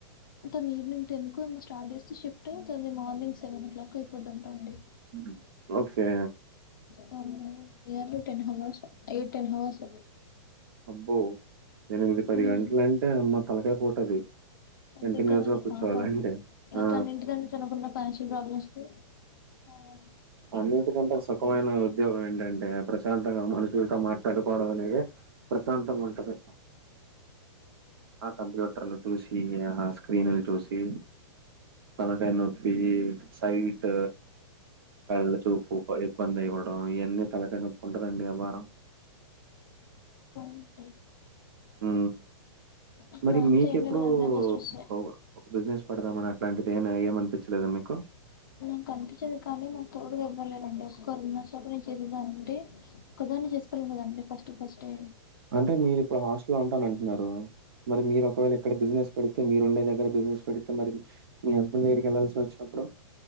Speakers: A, on the left; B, on the right.
A: తను ఈవినింగ్ టెన్ కేమో స్టార్ట్ జేస్తే షిఫ్ట్ తనది మార్నింగ్ సెవెన్ ఓ క్లాక్ అయిపోద్ధంటా అండి
B: ఉమ్ ఓకే
A: వామ్మో nearly ten hours eight ten hours
B: అబ్బో ఎనిమిది పది
A: హ్మ్
B: గంటలంటే అమ్మ తలకాయ్ పోతది
A: అంతే
B: కంటిన్యూస్
A: కదండి
B: గ కూర్చోవాలంటే
A: పాపం ఇగ
B: ఆ!
A: తను ఇంటికాడ తనకున్న ఫైనాన్షియల్ ప్రాబ్లమ్స్ కి అవున్
B: అన్నిటికంటే సుఖమైన ఉద్యోగం ఏంటంటే ప్రశాంతంగా మనుషులతో మాట్లాడుకోవడం అనేది ప్రశాంతంగా ఉంటది ఆ కంప్యూటర్లు చూసి ఆ స్క్రీన్లు చూసి తలకాయ నొప్పి సైట్ కళ్ళ చూపు ప ఇబ్బందఅయిపోవడం ఇవన్నీ తలకాయ్ నొప్పుంటదండి యవ్వారం
A: అవునండి
B: హ్మ్.
A: ఇప్పుడు
B: మరి
A: అంతా
B: మీకెప్పుడు
A: ఏం లేదండి అంతా స్ట్రెస్సే
B: ఒక్ ఒక బిజినెస్ పెడదామని అట్లాంటిదియేన ఏమనిపించలేదా మీకు
A: నాక్ అనిపించేది కానీ నాకు తోడుగెవ్వరు లేర్ రండి ఒక్కరున్న సరే నెన్ చేసేదాన్నండి ఒకదాన్ని చేసుకోలేం కదండి ఫస్ట్ ఫస్టె
B: అంటే మీరిప్పుడు హాస్టల్లో ఉంటానన్టున్నారు మరి మీరు ఒకవేళ ఇక్కడ బిజినెస్ పెడితే మీరు ఉండే దగ్గర బిజినెస్ పెడితే మరిది మీ హస్బండ్ దగ్గరకెల్లాసోచ్చినప్పుడు